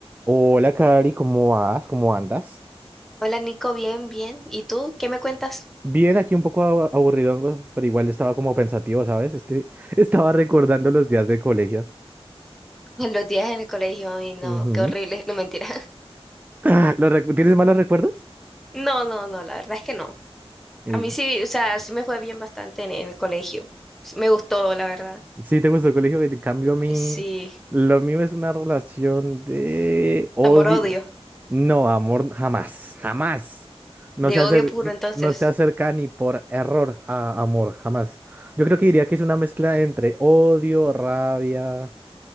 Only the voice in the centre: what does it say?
Hola Nico, bien, bien. ¿Y tú qué me cuentas?
<laughs> Los días en el colegio, ay no,
qué horrible, no mentira. <laughs>
No, no, no, la verdad es que no.
A mí sí, o sea, sí me fue bien bastante en, en el colegio. Sí, Me gustó, la verdad.
Sí,
amor-odio,
de
odio
puro entonces,